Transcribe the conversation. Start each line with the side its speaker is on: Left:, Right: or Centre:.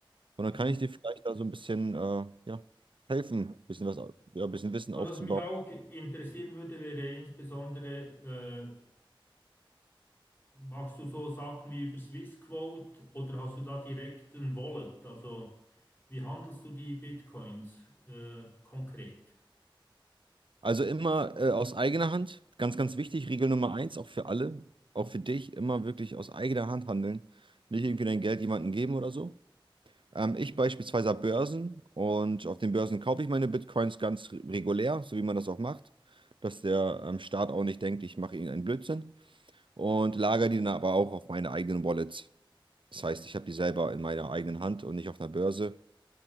Right: Und dann
Left: Mhm.
Right: kann ich dir vielleicht da so ein bisschen äh, ja, helfen, ein bisschen was, au- ja, ein bisschen Wissen
Left: Also
Right: aufzubauen.
Left: was mich auch interessieren würde, wäre insbesondere Machst du so Sachen wie über Swissquote oder hast du da direkt ein Wallet? Also wie handelst du die Bitcoins äh, konkret?
Right: Also immer äh, aus eigener Hand, ganz, ganz wichtig, Regel Nummer eins, auch für alle, auch für dich, immer wirklich aus eigener Hand handeln. Nicht irgendwie dein Geld jemandem geben oder so. Ähm, ich beispielsweise habe Börsen und auf den Börsen kaufe ich meine Bitcoins ganz re- regulär, so wie man das auch macht, dass der ähm, Staat auch nicht denkt, ich mache irgendeinen Blödsinn und lagere die dann aber auch auf meine eigenen Wallets. Das heißt, ich habe die selber in meiner eigenen Hand und nicht auf einer Börse,